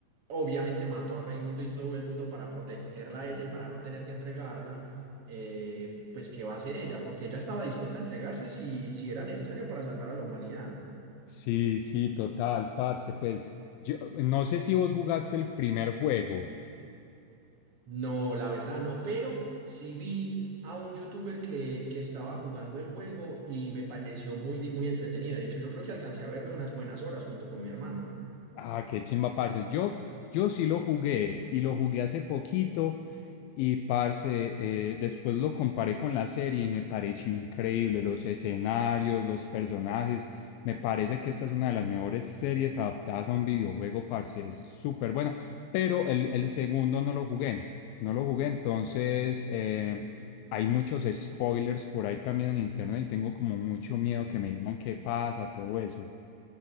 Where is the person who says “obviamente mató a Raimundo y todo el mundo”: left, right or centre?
Right